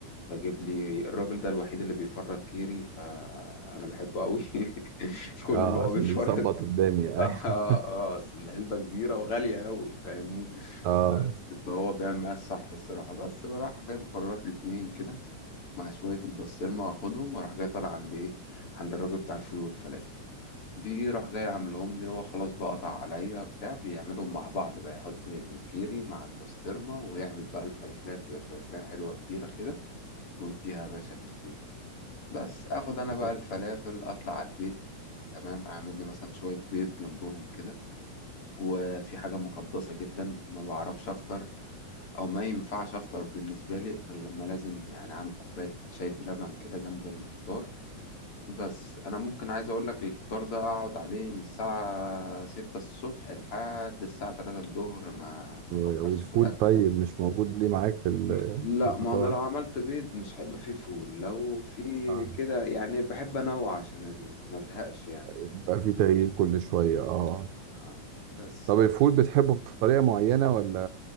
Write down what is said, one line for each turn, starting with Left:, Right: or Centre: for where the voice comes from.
Left: بجيب لي الراجل ده الوحيد اللي بيفرط كيري فانا بحبه قوي <laughs> كونه
Right: اه
Left: اللي هو
Right: عشان
Left: بيفرط
Right: بيظبط الدنيا
Left: <laughs> اه
Right: ايوه
Left: اه اصل العلبه كبيره وغاليه قوي فاهمني
Right: <laughs> اه
Left: بس فهو بيعمل معايا الصح الصراحه بس بروح جاي مفرط لي اتنين كده مع شوية البسطرمة واخدهم واروح جاي طالع عند ايه عند الراجل بتاع الفول والفلافل بيجي راح جاي عاملهم لي هو خلاص بقى قطع عليا بتاع بيعملهم مع بعض بقى يحط الكيري مع البسطرمة ويعمل بقى الفلافلية بتبقى فلافلية حلوة كبيرة كده ويديها يا باشا في الزيت بس اخد انا بقى
Right: طيب،
Left: الفلافل اطلع على البيت تمام اعمل لي مثلا شوية بيض جنبهم كده وفي حاجة مقدسة جدا ما بعرفش أفطر أو ما ينفعش أفطر بالنسبة لي غير لما لازم يعني أعمل كوباية شاي بلبن كده جنب الفطار بس أنا ممكن عايز أقولك الفطار ده أقعد عليه من الساعة ستة الصبح لحد الساعة تلاتة الظهر ما ما
Right: و-
Left: فكرش
Right: والفول
Left: في الأكل
Right: طيب
Left: ده
Right: مش موجود ليه معاك في ال-
Left: م- لا
Right: في الفطار
Left: ما أنا لو عملت بيض مش هيبقى فيه فول لو في
Right: اه
Left: كده يعني بحب أنوع عشان ال- ما أزهقش يعني
Right: بقى
Left: كده
Right: في تغيير كل شوية اه
Left: آه، بس
Right: طب الفول بتحبه بطريقة معينة ولا